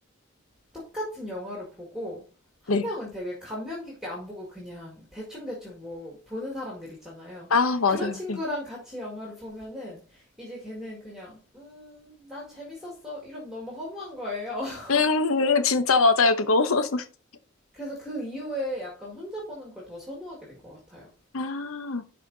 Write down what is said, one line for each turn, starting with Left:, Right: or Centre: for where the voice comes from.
Centre: 똑같은 영화를 보고 한
Left: 네.
Centre: 명은 되게 감명 깊게 안 보고 그냥 대충대충 뭐 보는 사람들 있잖아요.
Left: 아, 맞아요.
Centre: 그런 친구랑
Left: 네.
Centre: 같이 영화를 보면은 이제 걔는 그냥 음, 난 재밌었어. 이러면 너무 허무한 거예요. <laughs>
Left: 음, 음, 진짜 맞아요, 그거. <laughs>
Centre: 그래서 그 이후에 약간 혼자 보는 걸 더 선호하게 된 것 같아요.
Left: 아,